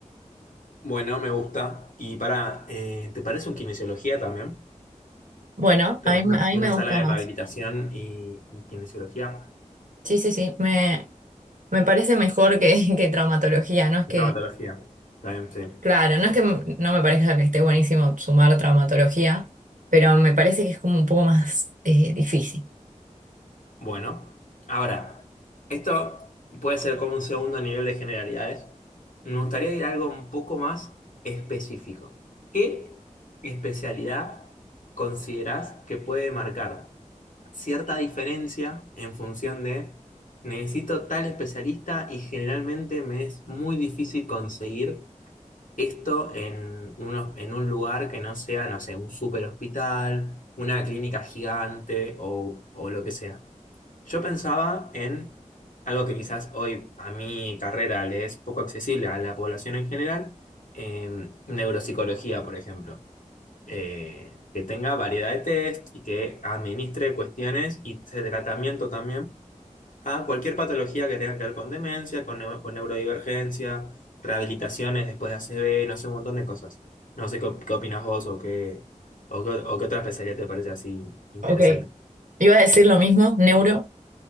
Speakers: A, on the left (about 80°); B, on the right (about 75°).
A: Bueno, me gusta. Y para, eh, ¿te parece un kinesiología también?
B: Bueno,
A: Tener
B: a mí,
A: una,
B: a mí
A: una
B: me
A: sala
B: gusta
A: de
B: más.
A: rehabilitación y, y kinesiología.
B: Sí, sí, sí, me, me parece mejor que, <laughs> que traumatología, no es que,
A: Traumatología. Está bien, sí.
B: claro, no es que m- no me parezca que esté buenísimo sumar traumatología, pero me parece que es como un poco más eh, difícil.
A: Bueno, ahora, esto puede ser como un segundo nivel de generalidades. Me gustaría ir a algo un poco más específico. ¿Qué especialidad considerás que puede marcar cierta diferencia en función de necesito tal especialista y generalmente me es muy difícil conseguir esto en, unos- en un lugar que no sea, no sé, un super hospital, una clínica gigante o o lo que sea? Yo pensaba en algo que quizás hoy a mi carrera le es poco accesible a la población en general, eh, neuropsicología, por ejemplo, Eh, que tenga variedad de test y que administre cuestiones y de tratamiento también a cualquier patología que tenga que ver con demencia, con, neu- con neurodivergencia, rehabilitaciones después de ACV, no sé, un montón de cosas. No sé qué, op- qué opinas vos o qué, o qué, o qué otra especialidad te parece así interesante.
B: Ok, iba a decir lo mismo, neuro,